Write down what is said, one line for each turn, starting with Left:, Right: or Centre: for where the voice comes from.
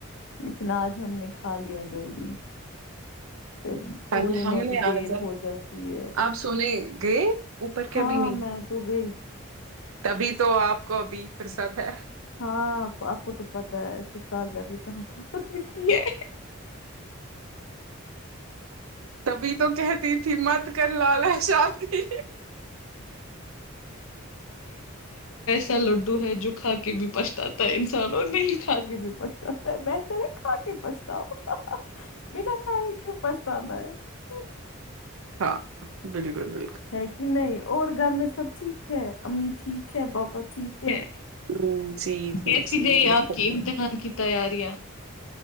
Left: لیکن آج ہم نے کھا لیا جلدی پھر
Right: کل
Left: سونے
Right: ہم
Left: میں بھی
Right: نے
Left: دیر
Right: آ جب
Left: ہو جاتی ہے
Right: آپ سونے گئے اوپر کےبھی
Left: ہاں
Right: نہیں
Left: میں تو گئی
Right: تبھی تو آپ گوبھی فرصت ہے
Left: ہاں آپ کو تو پتا ہے سسرال جا کے کہاں فرصت ملتی ہے
Right: ابھی تو کہتی تھی مت بات کر لا لا شام کی
Left: ایسا لڈو ہے جو کھا کے بھی پچھتاا ہے انسان اور نہیں کھا کے بھی پچتااتا ہے بہتر ہے کھا کے پھتا ہو بنا کائے کی پس تادا ہے <unintelligible>
Right: ساک <unintelligible> بالکل بالکل
Left: ہے کہ نہیں اور گھر میں سب ٹھیک ہے امی ٹھیک ہے پاپا ٹھیک ہے
Right: ہوں جی جی
Left: کیسی
Right: جی
Left: گئی
Right: وہ
Left: آپ کی امتحان کی تیاریاں